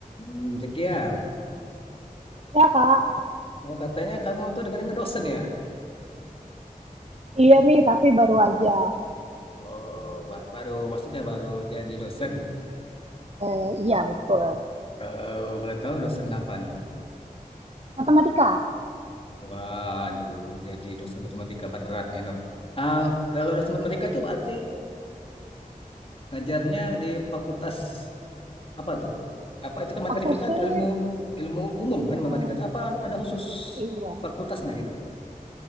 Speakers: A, on the left; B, on the right.
A: Hmm, Zeki ya.
B: Ya kak,
A: Oh, katanya kamu tuh dengan dengan dosen ya?
B: iya nih tapi baru aja.
A: Oh, ba- baru maksudnya baru jadi dosen.
B: Eh, iya betul.
A: Kalau boleh tahu dosen apa nih?
B: Matematika,
A: Waduh, jadi dosen matematika berat nih dong. Ah, kalau dosen matematika itu berarti ngajarnya di fakultas apa tuh? Apa itu kan matematika
B: aku
A: kan
B: sih,
A: ilmu ilmu umum kan
B: eh,
A: matematika itu apa ada khusus
B: iya,
A: fakultasnya gitu?